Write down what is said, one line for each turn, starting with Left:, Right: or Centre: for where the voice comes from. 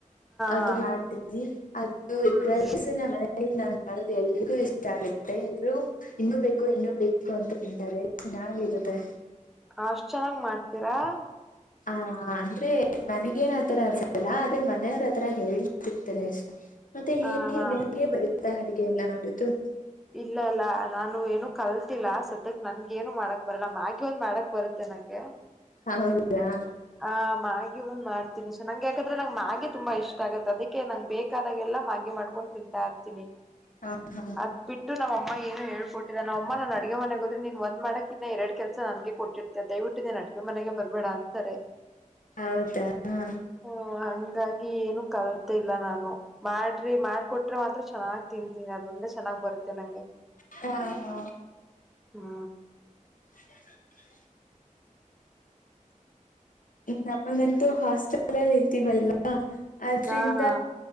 Left: ಅದು
Centre: ಹಾ
Left: ಮಾಡ್ತೀವಿ ಅದು
Centre: ಹ್ಮ್
Left: ಮನ ನ ಎಲ್ರಿಗೂ ಇಷ್ಟ ಆಗುತ್ತೆ ಎರು ಇನ್ನುೂ ಬೇಕು ಇನ್ನುೂ ಬೇಕು ಅಂತ ತಿಂತಾರೆ ಚೆನ್ನಾಗಿರುತ್ತೆ
Centre: ಅಷ್ಟ ಚೆನ್ನಾಗ್ ಮಾಡ್ತೀರಾ
Left: ಹ ಅಂದ್ರೆ ಮನಗೇನ್ ಆತರ ಅನ್ಸತಲ್ಲ ಆದ್ರೆ ಮನೆಯವ್ರ ಆತರ ಹೇಳಿ ಸಿಗ್ತಾರೆ ಅಷ್ಟೇ ಮತ್ತೆ
Centre: ಹ ಹಾ
Left: ನಿಮಗೆ ಬರೀತಾ ಅಡಗೆ ಎಲ್ಲ ಮಾಡುದು
Centre: ಇಲ್ಲ ಇಲ್ಲ ನಾನು ಏನು ಕಲ್ ಗೊಲ್ಲ ಸದ್ಯಕ್ ನನ್ಗ ಏನು ಮಾಡಕ್ ಬರಲ್ಲ ಮ್ಯಾಗಿಿ ಒಂದ್ ಮಾಡಕ್ ಬರುತ್ತೆ ನಂಗೆ
Left: ಹೌದಾ
Centre: ಆ ಮಾಗಿ ಒಂದ್ ಮಾಡ್ತೀನಿ ಸೊ ನಂಗೆ ಯಾಕಂದ್ರೆ ನಂ್ ಮಾಗಿೆ ತುಂಬಾ ಇಷ್ಟ ಆಗತ್ತೆ ಅದಕ್ಕೆ ನಂಗೆ ಬೇಕಾದಾಗೆಲ್ಲ ಮಾಗಿ ಮಾಡ್ಕೊಂಡು ತಿಂತಾ ಇರ್ತೀನಿ
Left: ಹಾ ಹಾ
Centre: ಅದ್ ಬಿಟ್ಟು ನಮ್ಮ ಏನು ಹೇಳ್ಕೊಟ್ಟಿದ ನಮ್ಮ ನ ಅಗೆ ಮನೆಗೆೋದ್ರೆ ನೀನ್ ಒಂದ್ ಮಾಡಕ್ ಇನ್ನ ಎರಡ್ ಕೆಲಸ ನನ್ಗೆ ಕೊಟ್ಟ ದಯವಿಟ್ಟುಿನಿನ ಅಡುಗೆ ಮನೆಗೆ ಬರ್ಬೇಡ ಅಂತಾರೆ
Left: ಹೌದಾ ಹ
Centre: ಹ ಹಂಗಾಗಿ ಏನು ಕಲ್ತಲ್ಲ ನಾನು ಮಾಡ್ರಿ ಮಾಡಕೊಟ್ರೆ ಮಾತ್ರ ಚೆನ್ನಾಗ್ ತಿಂತೀನಿ ಅದರಿಂದ ಚೆನ್ನಾಗ್ ಬರುತ್ತೆ ನಂಗೆ
Left: ಹಾ ಹಾ
Centre: ಹ್ಮ
Left: <unintelligible> ನಮಗಂತೂ ಹಾಸ್ಟೆಲ್ಲ್ಲಿ ಇರ್ತೀವಲ್ವಾ ಹ ಆದ್ರಿಂದ
Centre: ಹಾ ಹಾ